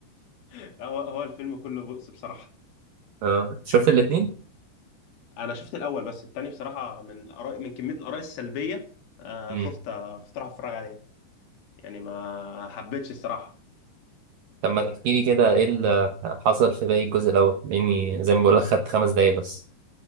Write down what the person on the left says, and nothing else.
أنا- هو هو الفيلم كله بؤس بصراحة
انا شفت الاول بس التاني بصراحه من الاراء من كميه الاراء السلبيه آه
خفت خفت اروح اتفرج عليه يعني ما حبيتش الصراحه